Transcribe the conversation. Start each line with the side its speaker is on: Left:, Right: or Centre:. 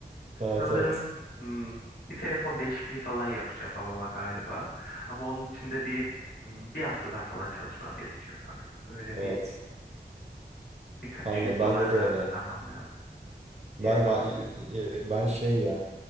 Right: Evet
Left: Sanırım
Right: evet.
Left: hmm, bir telefon değişikliği falan yapacağım babama galiba. Ama onun için de bir hmm, bir hafta daha falan çalışmam gerekiyor sanırım. Böyle
Right: Evet.
Left: bir birkaç
Right: Aynen
Left: yüz dolar
Right: bende de
Left: daha
Right: öyle.
Left: kazanmam lazım
Right: Ben
Left: diye.
Right: e, ben şey ya